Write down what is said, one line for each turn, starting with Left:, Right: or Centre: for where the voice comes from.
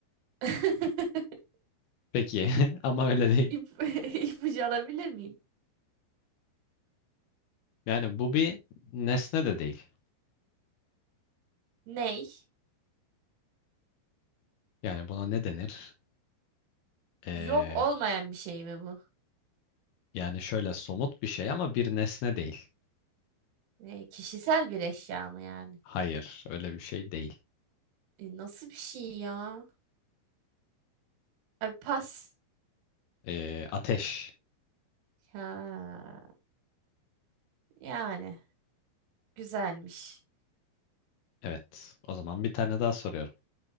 Right: <laughs>
Left: Peki <laughs> ama öyle değil.
Right: İp, <laughs> ipucu alabilir miyim?
Left: Yani bu bir nesne de değil.
Right: Ney?
Left: Yani buna ne denir? Ee,
Right: Yok olmayan bir şey mi bu?
Left: yani şöyle somut bir şey ama bir nesne değil.
Right: Ne, kişisel bir eşya mı yani?
Left: Hayır, öyle bir şey değil.
Right: E, nasıl bir şey ya? Abi pas.
Left: Ee, ateş.
Right: Ha, yani güzelmiş.
Left: Evet. O zaman bir tane daha soruyorum.